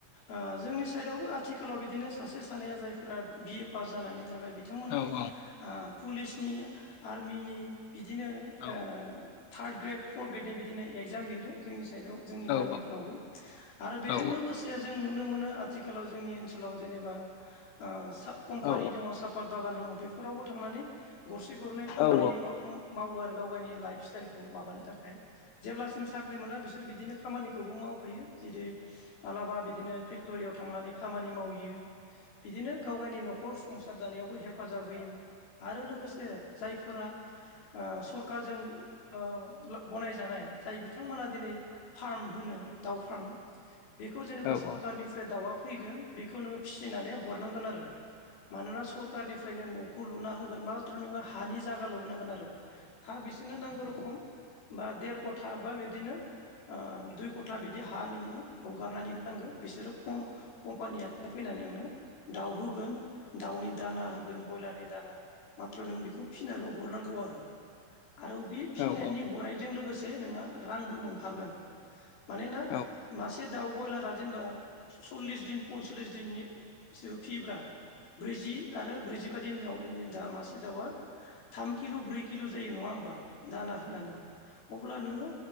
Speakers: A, on the left (about 50°); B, on the left (about 85°).
A: ओ जोंनि साइदआवबो आथि खालाव बिदिनो सासे सानै जायफोरा बि ए पास जानानै थाबाय बिथांमोना
B: औ औ
A: ओ पुलिसनि आरमिनि बिदिनो
B: औ
A: ओ थार्द ग्रेड फर्थ ग्रेडनि बिदिनो एगजाम लिरो जोंनि साइदआव जोंनि गामिफोरावबो
B: औ
A: आरो बेजों
B: औ
A: लोगोसे जों नुनो मोनो आथिखालाव जोंनि ओनसोलाव जेनेबा ओ सा कम्पानि
B: औ
A: दङ सापात बागान दङ बे फोरावबो थांनानै गरसे गरनै खामानि
B: औ
A: माव उम मावो आरो गाव गायनि लाइफ स्टाइलखौ माबानो थाखाय जेब्लासिम साख्रि मोना बिसोर बिदिनो खामानिखौबो मावफैयो जेरै मालाबा बिदिनो फेक्टरियाव थांनानै खामानि मावहैयो। बिदिनो गाव गायनि न'खर संसार दानायावबो हेफाजाब होयो। आरो लोगोसे जायफोरा ओ सरखारजों ओ ला गनायजानाय जाय बिथांमोना दिनै फार्म होनो दाउ फार्म बेखौ
B: औ
A: जेनेबा सरकारनिफ्राय दाउआ फैगोन बे खौ नोङो फिसिनानै हरनांगोन आरो मानोना सरखारनिफ्रायनो न'खौ लुना होगोन माथ्र' नोङो हानि जागाल' होनांगोन आरो हा बिसोरनो नांगौ रखम बा देर खथा बा बिदिनो ओ दुइ क था बिदि हा नोङो एवगारनानै होनांगो बिसोरोम कम कम्पानिया फैनानै नोंनो दाउ होगोन दाउनि दाना होगोन ब्रयलारनि दाना माथ्र' नों बेखौ फिसिनानैल' हरनां नांगौ आरो। आरो बे फिनायनि
B: औ औ औ
A: हरनायजों लोगोसे नोङो रांबो मोनफागोन मानोना
B: औ
A: मासे दाउ ब्रयलारा जेनेबा सल्लिस दिन पनचल्लिस दिननि सो फियोबा ब्रैजि आरो ब्रैजिबा दिनआव बिनो दा मासे दाउआ थाम किल' ब्रै किल' जायो नंङा होमबा? दाना होनानै अब्ला नोङो